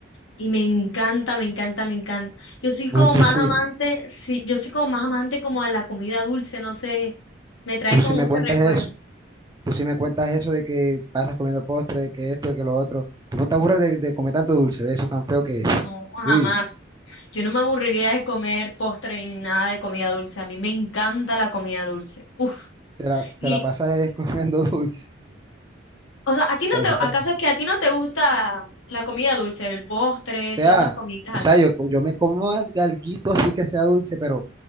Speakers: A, on the left; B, on the right.
A: y me encanta, me encanta, me encanta. Yo soy
B: Tú,
A: como
B: tú
A: más
B: sí,
A: amante, sí, yo soy como más amante como a la comida dulce, no sé, me trae
B: tú
A: como
B: sí me
A: mucho
B: cuentas
A: recuerdo.
B: eso, tú sí me cuentas eso de que pasas comiendo postre, de que esto, de que lo otro. Tú no te aburres de, de comer tanto dulce, ¿ves? Eso tan feo que es.
A: No,
B: Uy,
A: jamás. Yo no me aburriría de comer postre ni nada de comida dulce. A mí me encanta la comida dulce. Uf.
B: te la,
A: Y,
B: te la pasas es comiendo <laughs> dulce.
A: o sea, ¿a ti no
B: Así
A: te,
B: te
A: acaso
B: la- o
A: es que a ti no te gusta la comida dulce, el postre,
B: sea,
A: todas esas comiditas
B: o sea,
A: así?
B: yo, co- yo me como al- alguito así que sea dulce, pero